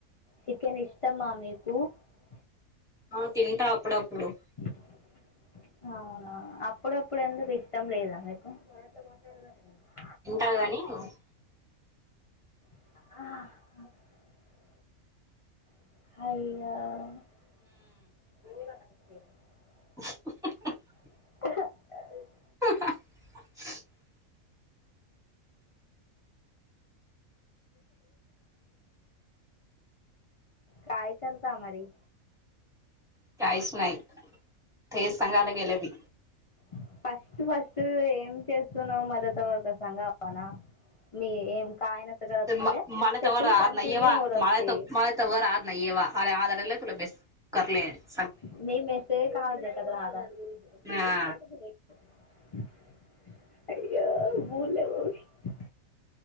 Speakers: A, on the left; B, in the centre.
A: चिकन इष्ट. <unintelligible>
B: <unintelligible>
A: <unintelligible>
B: <unintelligible>
A: <unintelligible> <unintelligible> <unintelligible>
B: <unintelligible>
A: <unintelligible>
B: <unintelligible>
A: काय करता मारी.
B: काहीच नाही तेच सांगायला गेलं मी.
A: <unintelligible>
B: <unintelligible>
A: मला त्यातून कंटिन्यू होत असते
B: <unintelligible>
A: <unintelligible>
B: हा
A: <unintelligible>